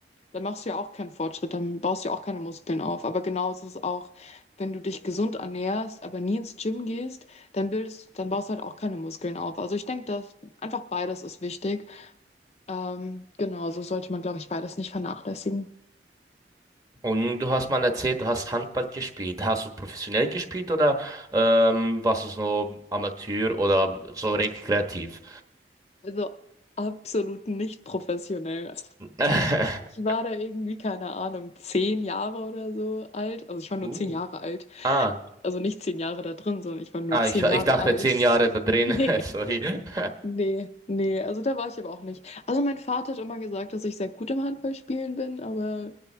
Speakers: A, on the left; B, on the right.
A: dann machst du ja auch keinen Fortschritt, dann baust du ja auch keine Muskeln auf. Aber genauso ist es auch, wenn du dich gesund ernährst, aber nie ins Gym gehst, dann bildest, dann baust du halt auch keine Muskeln auf. Also ich denke, dass einfach beides ist wichtig. Ähm, genau, so sollte man, glaube ich, beides nicht vernachlässigen.
B: Und du hast mal erzählt, du hast Handball gespielt. Hast du professionell gespielt oder ähm, warst du so Amateur oder so rekreativ?
A: Also absolut nicht professionell.
B: <laughs>
A: Ich war da irgendwie, keine Ahnung, zehn Jahre oder so alt. Also ich war nur
B: Uh.
A: zehn Jahre alt.
B: Ah,
A: Also nicht zehn Jahre da drin, sondern ich war nur
B: ah
A: zehn
B: ich, ich
A: Jahre
B: dachte
A: alt.
B: zehn Jahre
A: <laughs>
B: da drin.
A: Nee,
B: <laughs> Sorry. <laughs>
A: nee, nee. Also da war ich aber auch nicht. Also mein Vater hat immer gesagt, dass ich sehr gut im Handballspielen bin, aber